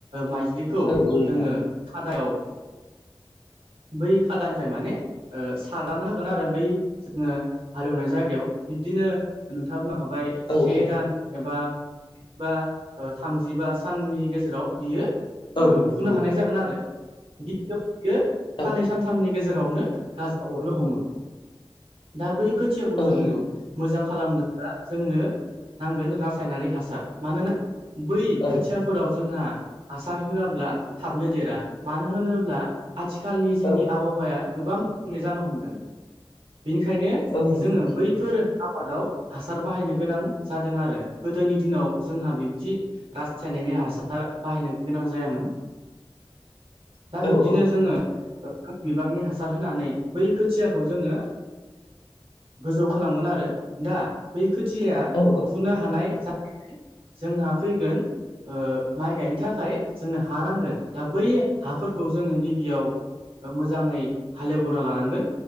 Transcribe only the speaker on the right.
माइज्लिखौ
जोङो खादायाव बै खादानिफ्राय माने सारनानै होगोन आरो बै जोङो हाले एवनाय जायगायाव बिब्दिनो नोंथाङा बुंलां खाबाय से
दान एबा बा थामजिबा साननि गेजेराव बियो ओ
फुनो हानाय जागोन आरो गि बियो साननै
सानथामनि गेजेरावनो गाजा अरनो हमो दा बै खोथियाखौ
जोङो
मोजां खालामनोब्ला जोंनो नांगोन रासायनारि हासार मानोना बै
खोथियाफोराव जोंहा हासार होआब्ला थाबनो देरा मानो होनोब्ला आथिखालनि जोंनि
आबहावाया गोबां गुबुंले जानो हमदों बेनिखायनो
जोङो बै फोर आबादाव हासार बाहायनो गोनां जादों आरो गोदोनि दिनाव जोंहा बिब्दि रासायनारि हासार बाहायनो गोनां जायामोन दा बिब्दिनो
जोङो <unintelligible> बिबांनि हासार होनानै बै खोथियाखौ जोङो गोजौ खालामगोन आरो दा बै खोथिया
फुनो हानाय जा खाय जोंहा फैगोन माइ गायनो थाखाय जोंनो हा नांगोन दा बै हाफोरखौ जोङो गिबियाव मोजाङै हाले एवग्रोना लानांगोन